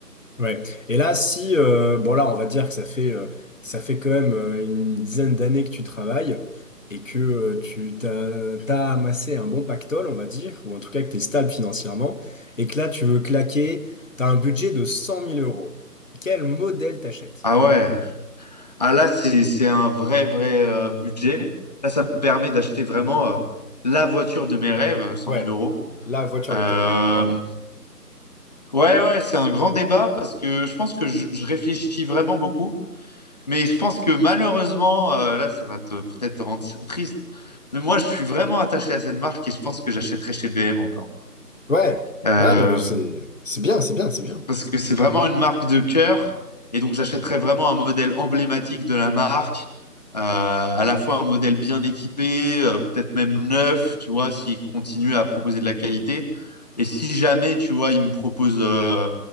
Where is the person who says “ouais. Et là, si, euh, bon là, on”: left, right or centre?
Left